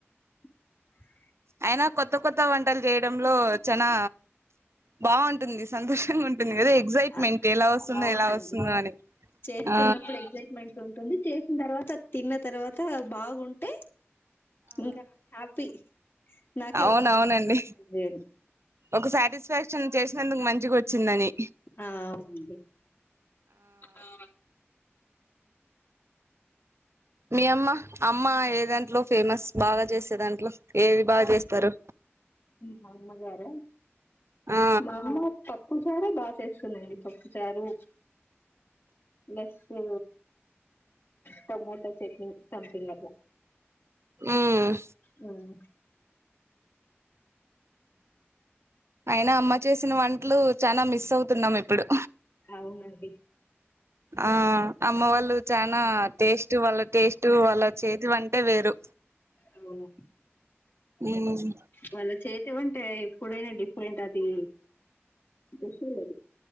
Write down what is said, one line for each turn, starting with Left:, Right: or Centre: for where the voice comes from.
Left: <inaudible>
Right: అయినా కొత్త కొత్త వంటలు చేయడంలో చనా బాగుంటుంది సంతోషంగా ఉంటు ఉంటుంది కదా ఎక్సైట్మెంట్
Left: అ-
Right: ఎలా వస్తుందో
Left: అవునండి
Right: ఎలా వస్తుందో అని
Left: చేస్తున్నప్పుడు
Right: ఆ
Left: ఎగ్సైట్మెంట్ ఉంటుంది చేసిన తర్వాత తిన్న తర్వాత బాగుంటే ఇంకా హ్యాపీ. నాకే
Right: అవును
Left: ఒక వంట
Right: అవునండి
Left: వచ్చేసింది అని
Right: ఒక సాటిస్ఫాక్షన్ చేసినందుకు మంచిగా వచ్చిందని
Left: ఆ ఉంది ఆ
Right: మీ అమ్మ అమ్మ ఏ దాంట్లో ఫేమస్ బాగా చేసే దాంట్లో ఏది బాగా చేస్తారు
Left: మా అమ్మగారా
Right: ఆ
Left: మా అమ్మ పప్పు చారే బాగా చేస్తుందండి పప్పు చారు లేస్సు టమోటా చట్నీ సమ్థింగ్ అట్ల
Right: ఉమ్
Left: ఆ అ
Right: అయినా అమ్మ చేసిన వంటలు చనా మిస్ అవుతున్నాం ఇప్పుడు
Left: అవునండి
Right: ఆ అమ్మ వాళ్ళు చనా టేస్ట్ వాళ్ళ టేస్ట్ వాళ్ళ చేతి వంటే వేరు
Left: అవును
Right: నేనుజు
Left: వాళ్ళ చేతివంటే ఎప్పుడైనా డిఫరెంట్ అది టేస్ట్లది